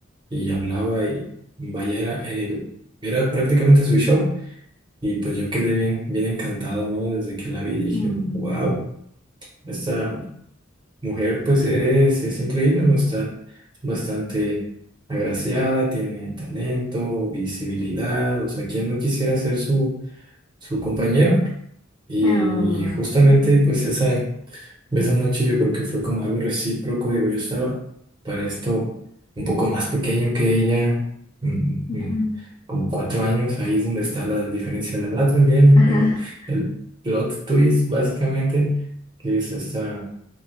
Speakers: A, on the right; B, on the left.
A: y hablaba y vaya, era, el- era prácticamente su show y pues yo quedé bien, bien encantado, ¿no? Desde que la vi dije,
B: Mm.
A: wow, esta mujer pues es, es increíble, ¿no? Está bastante agraciada, tiene talento, visibilidad, o sea, ¿quién no quisiera ser su, su compañero? Y
B: Ay.
A: justamente
B: Ajá.
A: pues esa, esa noche yo creo que fue como algo recíproco, digo, yo estaba para esto un poco más pequeño que ella, mm, mm,
B: Ajá.
A: como cuatro años, ahí es donde está la diferencia de edad también,
B: Ajá.
A: como el plot twist básicamente, que es esta,